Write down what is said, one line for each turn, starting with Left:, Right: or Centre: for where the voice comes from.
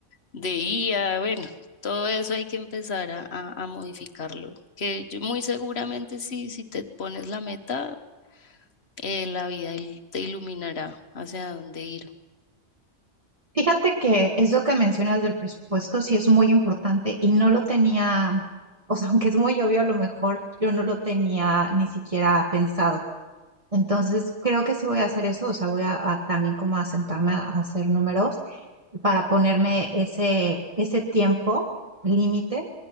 Left: de IA, bueno. Todo eso hay que empezar a, a- a modificarlo, que yo muy seguramente sí, si te pones la meta, eh, la vida il- te iluminará hacia dónde ir.
Right: Fíjate que eso que mencionas del presupuesto sí es muy importante y no lo tenía, o sea, <laughs> aunque es muy obvio, a lo mejor yo no lo tenía ni siquiera pensado. Entonces, creo que sí voy a hacer eso, o sea, voy a, a también como a sentarme a, a hacer números para ponerme ese, ese tiempo límite